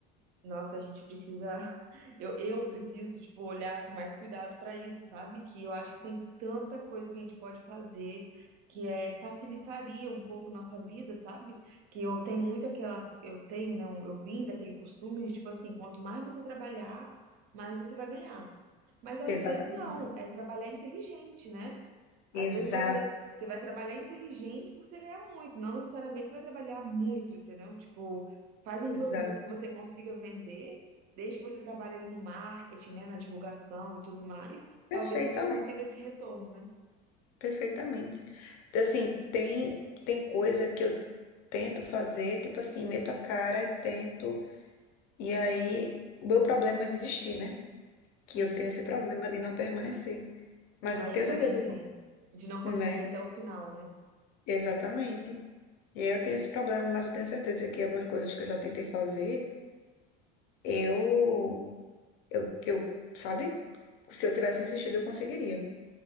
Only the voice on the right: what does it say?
Nossa, a gente precisa, <laughs> eu, eu preciso, tipo, olhar com mais cuidado para isso, sabe? Que eu acho que tem tanta coisa que a gente pode fazer que é facilitaria um pouco nossa vida, sabe? Que eu tenho muito aquela, eu tenho, não, eu vim daquele costume de tipo assim, quanto mais você trabalhar, mais você vai ganhar. Mas às
vezes não, é trabalhar inteligente, né? Às
vezes você, você vai trabalhar inteligente para você ganhar muito, não necessariamente você vai trabalhar muito, entendeu? Tipo, faz um
produto que você consiga vender, desde que você trabalhe ali no marketing, né, na divulgação e tudo mais, talvez
você consiga esse retorno, né?
Hum.
Ah,
eu
também
tenho.
De não conseguir
ir até o final, né?